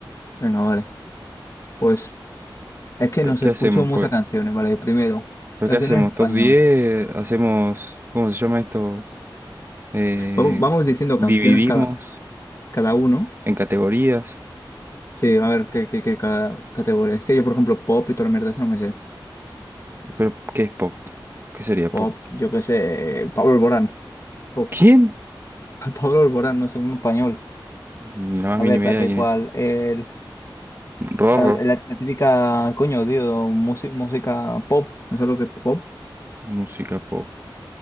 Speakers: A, on the left; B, on the right.
A: Venga, vale. Pues es que
B: Pe-
A: nos
B: ¿Qué
A: escucho
B: hacemos?
A: muchas canciones, ¿vale? Primero,
B: ¿Pero
A: canciones
B: qué hacemos?
A: en español.
B: ¿Top diez, ¿Hacemos, cómo se llama esto? Eh,
A: Vam- Vamos diciendo
B: dividimos
A: canciones cada, cada uno.
B: en categorías.
A: Sí, a ver, ¿qué, qué, qué ca- categoría? Es que yo, por ejemplo, pop y toda la mierda, eso no me sé.
B: ¿Pero qué es pop? ¿Qué sería
A: Pop,
B: pop?
A: yo qué sé, Pablo Alborán. Pop.
B: ¿Quién?
A: <laughs> Pablo Alborán, no sé, un español.
B: Ni la más
A: A
B: mínima
A: ver, espérate,
B: idea de quién
A: ¿cuál?
B: es.
A: El,
B: Rorro.
A: ah, la, la típica, coño, tío, musi- música pop, no sé lo que es pop.
B: Música pop.